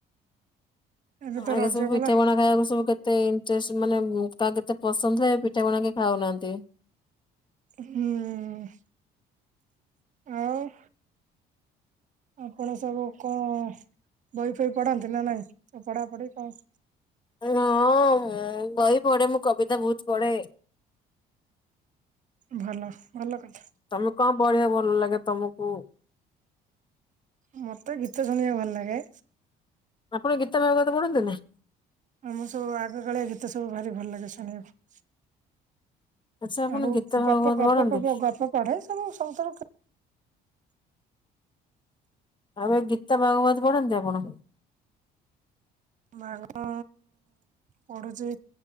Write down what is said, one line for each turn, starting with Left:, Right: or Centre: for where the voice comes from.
Right: ଏବେ ତ
Left: ଆଗ
Right: ରଜ
Left: ସବୁ
Right: ଗଲା
Left: ପିଠା ପଣା ଖାଇଆକୁ ସବୁ କେ କେତେ ଇଣ୍ଟେଷ୍ଟ ମାନେ ଉଁ କାହାକୁ କେତେ ପସନ୍ଦ ଥାଏ ପିଠା ପଣା କିଏ ଖାଉନାହାନ୍ତି।
Right: ହୁଁ ଆଉ ଆପଣ ସବୁ କଣ ବହି ଫହି ପଢାନ୍ତି ନା ନାଇଁ ପଢା ପଢି କଣ?
Left: ହଁ ମୁଁ ବହି ପଢେ ମୁଁ କବିତା ବହୁତ ପଢେ।
Right: ଭଲ ଭଲ କଥା।
Left: ତମେ କଣ ପଢିଆ ଭଲ ଲାଗେ ତମୁକୁ?
Right: ମତେ ଗୀତ ଶୁଣିଆକୁ ଭଲ ଲାଗେ।
Left: ଆପଣ ଗୀତା ଭାଗଗତ ପଢନ୍ତିନି?
Right: ମୁଁ ସବୁ ଆଗ କାଳିଆ ଗୀତ ସବୁ ଭାରି ଭଲ ଲାଗେ ଶୁଣିଆକୁ।
Left: ଆଚ୍ଛା ଆପଣ
Right: ଆଉ
Left: ଗୀତା
Right: ମୁଁ ଗପ
Left: ଭାଗବତ
Right: ଫପ
Left: ପଢନ୍ତି?
Right: ପଢେ ଆଉ ଗପ ପଢେ ସବୁ ସବୁତ
Left: ଆଉ ଏ ଗୀତା ଭାଗବତ ପଢନ୍ତି ଆପଣ?
Right: ଭାଗ ପଢୁଛି